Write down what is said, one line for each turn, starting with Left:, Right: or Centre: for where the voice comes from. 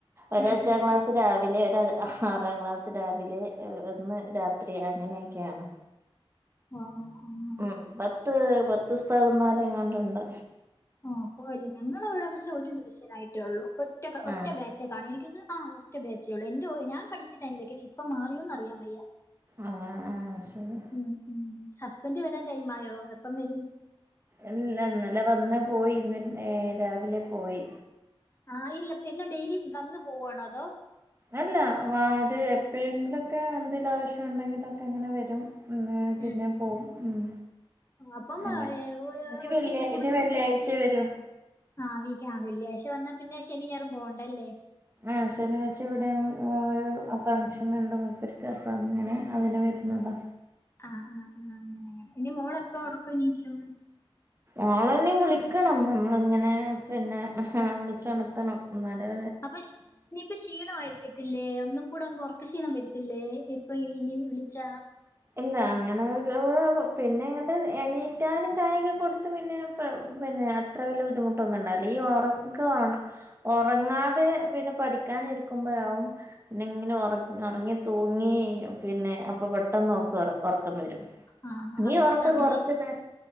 Right: ഒര്
Left: ഉം
Right: അഞ്ചാം
Left: ഉം
Right: ക്ലാസ്
Left: ഉം ഉം
Right: രാവിലെ ഒരു ആറാം ക്ലാസ് ബസ് രാവിലെ ഒന്ന് രാത്രി അങ്ങനെയൊക്കെയാണ്
Left: ആഹ് ഉം
Right: ഉം പത്ത് പത്ത് ഉസ്താദന്മാരെങ്ങോണ്ടുണ്ട്
Left: ഓഹ് പോവല്ലേ ഞങ്ങവിടെ പക്ഷെ ഒരു ഡിവിഷൻ ആയിട്ടേ ഉള്ളൂ ഒറ്റ ഒറ്റ
Right: ആഹ്
Left: ബാച് ചാണ്. എനിക്കൊന്ന് ആഹ ഒറ്റ ബേച്ചേയൊള്ളു എന്റെ ഓ ഞാൻ പഠിച്ച ടൈമിലേക്ക്. ഇനി ഇപ്പ മാറിയോന്ന് അറിയാൻ വയ്യ.
Right: ആഹ് ആഹ് ശരി
Left: ഉം ഉം ഹസ്ബൻഡ് വരാൻ ടൈം ആയോ, എപ്പം വരും?
Right: എ ന്ന് ല്ല ഇന്നലെ വന്ന് പോയി ഇന്ന് നേ രാവിലെ പോയി.
Left: ആഹ് ഇല്ല പിന്നെ ഡെയിലി വന്നു പോവാണോ അതോ
Right: അല്ല വാര് എപ്പഴെങ്കിലൊക്കെ എന്തെലു ആവശ്യണ്ടെങ്കിലൊക്കെ ഇങ്ങനെ വരും. മേ
Left: ഉം
Right: പിന്നെ പോവും ഉം.
Left: അപ്പം
Right: അങ്ങൻ.
Left: ആ, ഏ, ഒ-
Right: ഇനി
Left: ഒറ്റയ്ക്ക്
Right: വെള്ളിയ ഇനി വെള്ളിയാഴ്ച്ചെ വരു.
Left: ആഹ് വീക്കാം വെള്ളിയാഴ്ച്ച വന്നാ പിന്നെ ശനിം ഞായറും പോവണ്ടല്ലേ.
Right: ആഹ് ശനിയാഴ്ച്ച ഇവടെ ഒരു ഫംഗ്ഷൻ ണ്ട് മുപ്പര്ക്ക്. അപ്പങ്ങനെ അതിന് വര്നതാ.
Left: ആഹ് ആഹ് ആഹ് അങ്ങനെങ്ങനെ ഇനി മോളെപ്പൊ ഒറക്കെണീക്കും.
Right: ഓളെനി വിളിക്കണം നമ്മള്ങ്ങനെ പിന്നെ വിളിച്ചൊണത്തണം. ഇന്നാലെ
Left: അപ്പഷ് ഇനി പ്പൊ ക്ഷീണവായിരിക്കത്തില്ലേ ഒന്നും കൂടെ അങ്ങ് ഒറക്ക് ക്ഷീണം വരത്തില്ലേ. ഇ പ്പ ഇ ഇനി വിളിച്ചാ.
Right: ഇല്ല അങ്ങനെ ഓരോന്നും പിന്നെങ്ങട്ട് എണീറ്റാല് ചായൊക്കെ കൊടുത്ത് പിന്നെ ക്ക പിന്നെ അത്ര വലിയ ബുദ്ധിമുട്ടൊന്നും ണ്ടാവില്ല ഈ ഒറക്ക ആണ് ഒറങ്ങാതെ പിന്നെ പഠിക്കാനിരിക്കുമ്പഴാവും പിന്നങ്ങനെ ഒറങ് ഒറങ്ങി തൂങ്ങി പിന്നെ അപ്പൊ പെട്ടെന്ന് ഓക്ക് ഒ ഒറക്കം വരും.
Left: ആ
Right: ഇനി
Left: അപ്പൊ
Right: ഒറക്ക്
Left: അന്നേരം
Right: കൊറച്ച് നെ